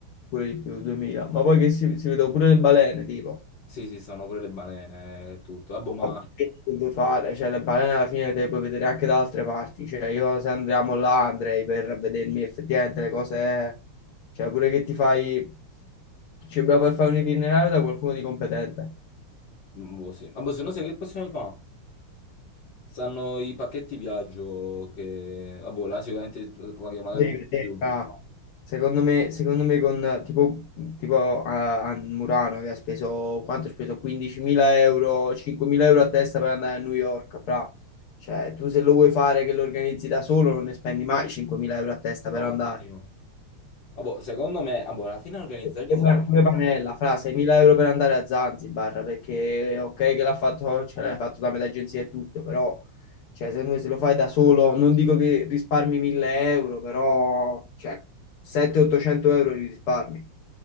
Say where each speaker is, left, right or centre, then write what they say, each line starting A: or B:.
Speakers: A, on the left (about 75°); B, on the left (about 60°).
A: pure di più, 2000. Ma poi che si, si vedono pure le balene, tipo.
B: Sì, sì, sono pure le balene e tutto. Vabbè, ma
A: Vabbè, che deve fare, cioè le balene alla fine te le puoi vedere anche da altre parti, cioè io se andiamo là andrei per vedermi effettivamente le cose, cioè pure che ti fai, ci dobbiamo per fare un itinerario da qualcuno di competente.
B: mm, boh, sì. Vabbè, se no sai che possiamo fare? Stanno i pacchetti viaggio che, vabbè, là sicuramente paghi magari
A: Cosa
B: un
A: di
B: po'
A: vedere,
B: di più.
A: ah. Secondo me, secondo me con eh, tipo, tipo a, a Murano che ha speso, quanto ha speso? 15.000 euro, 5.000 euro a testa per andare a New York, fra. Cioè, tu se lo vuoi fare che lo organizzi da solo non ne spendi mai 5.000 euro a testa per
B: No, ma
A: andare.
B: infatti no. Vabbè, secondo me, vabbè, alla fine organizzare l'Islanda
A: Sembra pure Panella, fra 6.000 euro per andare a Zanzibar, perché ok che l'ha fatto, ce l'hai fatto da metà agenzia e tutto, però cioè, secondo me se lo fai da solo, non dico che risparmi 1.000 euro, però cioè, 700-800 euro li risparmi,